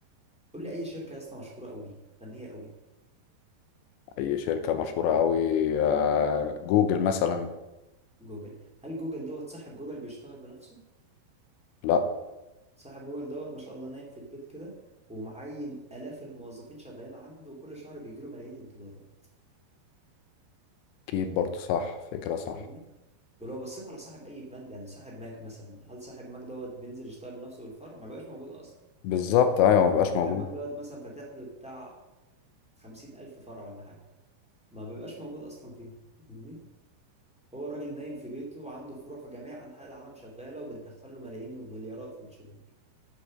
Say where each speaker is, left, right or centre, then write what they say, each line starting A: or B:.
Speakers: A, in the centre; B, on the left (about 80°).
A: قول لي اي شركه يا اسطى مشهوره قوي فنيه قوي
B: أي شركة مشهورة أوي آه، جوجل مثلا
A: جوجل هل جوجل دوت صاحب جوجل بيشتغل بنفسه
B: لا
A: صاحب جوجل دوت ما شاء الله نايم في البيت كده ومعين الاف الموظفين شغالين عنده وكل شهر بيجي له ملايين الدولارات
B: أكيد برضه صح فكرة صح
A: فاهمني ولو بصيت على صاحب اي براند يعني صاحب ماك مثلا هل صاحب ماك دوت بينزل يشتغل بنفسه بالفرع ما بقاش موجود اصلا
B: بالظبط ايوه مبقاش موجود
A: صاحب ماك دوت مثلا فاتح له بتاع خمسين الف فرع ولا حاجه ما بيبقاش موجود اصلا فيهم فاهمني هو الراجل نايم في بيته وعنده فروع في جميع انحاء العالم شغاله وبتدخل له ملايين ومليارات في الشهور